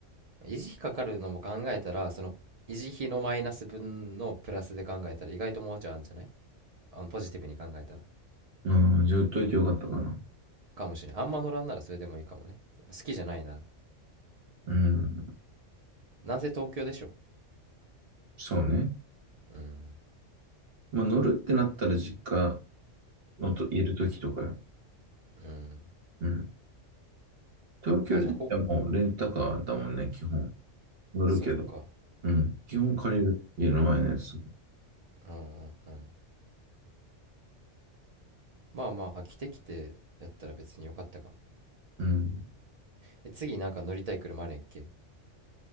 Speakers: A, on the right (about 75°); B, on the right (about 55°).
A: 維持費かかるのも考えたら、その維持費のマイナス分のプラスで考えたら意外ともうちょいあるんじゃないあのポジティブに考えたら。
B: うん、じゃあ売っといてよかったかな。
A: かもしれん。あんま乗らんならそれでもいいかもね。好きじゃないなら。
B: うん。
A: なんせ東京でしょ。
B: そうね。
A: うん、
B: まあ、乗るってなったら実家のといる時とかよ。
A: うん。
B: うん。東京ではもうレンタカーだもんね、
A: まあじゃあ、ほ、
B: 基本。乗るけど。
A: そっか。
B: うん。基本借りる。家の前のやつ。
A: うんうんうん。まあまあ、飽きてきてやったら別によかったかも。
B: うん。
A: え、次なんか乗りたい車あるやんけ。